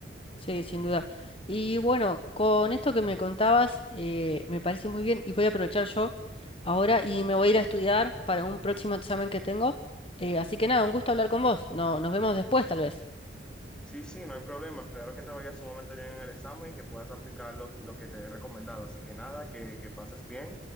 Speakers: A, on the left (about 30°); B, in the centre.
A: Sí, sin duda. Y bueno, con esto que me contabas, eh, me parece muy bien y voy a aprovechar yo ahora y me voy a ir a estudiar para un próximo examen que tengo. Eh, así que nada, un gusto hablar con vos. No, nos vemos después, tal vez.
B: Sí, sí, no hay problema. Espero que te vaya sumamente bien en el examen y que puedas aplicar lo, lo que te he recomendado. Así que nada, que, que pases bien.